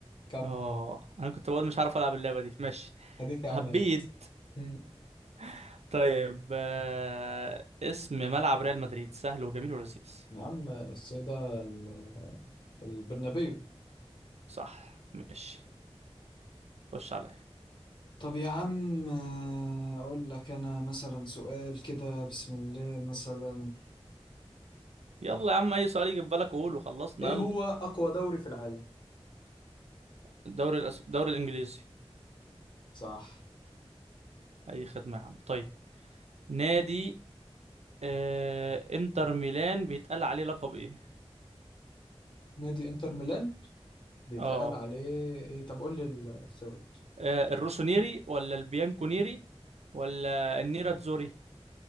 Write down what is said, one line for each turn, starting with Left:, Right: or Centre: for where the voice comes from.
Left: كم
Right: اه انا كنت بقول مش عارف العب اللعبه دي ماشي
Left: هديك يا عم
Right: هبيد
Left: عرفت مم.
Right: <laughs> طيب آه... اسم ملعب ريال مدريد سهل وجميل ولذيذ
Left: يا عم السيدة ال- البرنابيو
Right: صح ماشي خش عليا
Left: طب يا عم آه، أقول لك أنا مثلا سؤال كده بسم الله مثلا
Right: يلا يا عم اي سؤال يجي في بالك قول وخلصنا
Left: إيه
Right: يلا
Left: هو أقوى دوري في العالم؟
Right: الدوري الأس... الدوري الانجليزي
Left: صح
Right: اي خدمه يا عم طيب نادي آه انتر ميلان بيتقال عليه لقب ايه
Left: نادي انتر ميلان بيتقال
Right: اه
Left: عليه إيه طب قول لي الاختيارات
Right: آه، الروسونيري ولا البيانكونيري ولا النيراتزوري